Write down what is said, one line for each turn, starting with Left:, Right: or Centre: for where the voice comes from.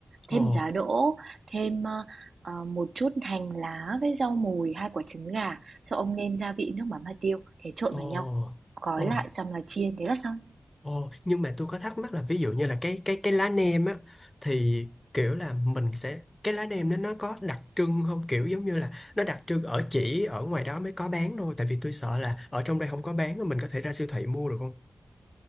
Right: thêm
Left: ờ
Right: giá đỗ, thêm ờ, ờ, một chút hành lá với rau mùi, hai quả trứng gà, sau ông nêm gia vị nước mắm hạt tiêu, thế trộn
Left: ờ
Right: vào nhau. Gói
Left: ờ
Right: lại xong là chiên, thế là xong.
Left: ờ nhưng mà tôi có thắc mắc là ví dụ như là cái cái cái lá nem á thì kiểu là mình sẽ cái lá nem đó nó có đặc trưng không kiểu giống như là nó đặc trưng ở chỉ ở ngoài đó mới có bán thôi tại vì tôi sợ là ở trong đây không có bán mình có thể ra siêu thị mua được không